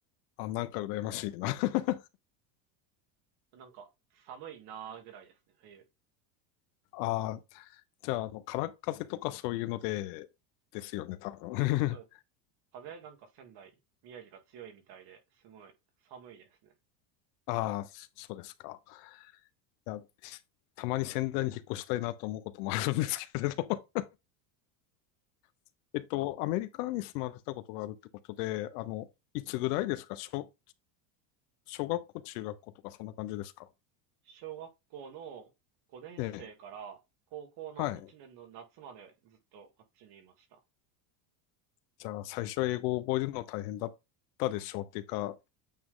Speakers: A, on the left; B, on the right.
A: あ、なんか羨ましいな。<laughs>
B: なんか寒いなーぐらいですね、冬。
A: あ、じゃあ、あの、空っ風とかそういうので、ですよね、多分。<laughs>
B: そうです。風なんか仙台、宮城が強いみたいで、すごい寒いですね。
A: ああ、そそうですか。いや、たまに仙台に引っ越したいなと思うこともあるんですけれど。<laughs> えっと、アメリカに住まれたことがあるってことで、あの、いつぐらいですか小、小学校、中学校とかそんな感じですか
B: 小学校の五年生から高校の一年の夏までずっとあっちにいました。
A: ええ。はい。じゃあ、最初英語を覚えるの大変だったでしょうっていうか、